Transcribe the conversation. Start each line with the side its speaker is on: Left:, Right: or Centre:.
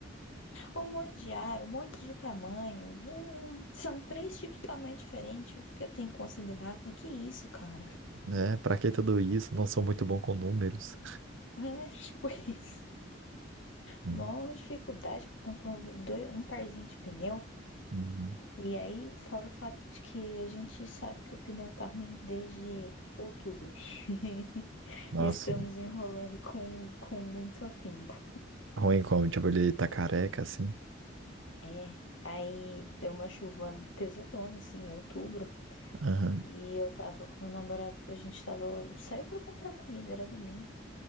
Left: um monte de ar, um monte de tamanho. Ah, são três tipos de tamanho diferente que eu tenho que considerar. Falei, que isso, cara?
Right: Né? Pra que tudo isso? Não sou muito bom com números.
Left: É, <laughs> tipo isso.
Right: Uhum.
Left: Mó dificuldade pra comprar um, dois- um parzinho de pneu.
Right: Uhum.
Left: E aí, fora o fato de que a gente sabe que o pneu tá ruim desde outubro. <laughs>
Right: Nossa,
Left: Estamos enrolando com, com muito afinco.
Right: ruim como, tipo, ele tá careca, assim.
Left: É, aí deu uma chuva pesadona, assim, em outubro.
Right: Aham.
Left: E eu tava com meu namorado, a gente tava, saiu pra comprar comida, era domingo.